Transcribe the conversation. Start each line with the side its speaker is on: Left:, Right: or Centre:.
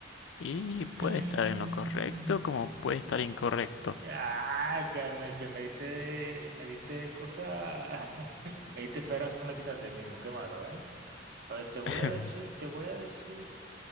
Left: Y
Right: Mm.
Left: puede estar en lo correcto como puede estar incorrecto.
Right: Ah, que me, que me diste, me diste cosas, <laughs> me diste esperanza, me la quitaste mismo, qué malo, ¿eh? A ver, te voy
Left: <laughs>
Right: a decir, te voy a decir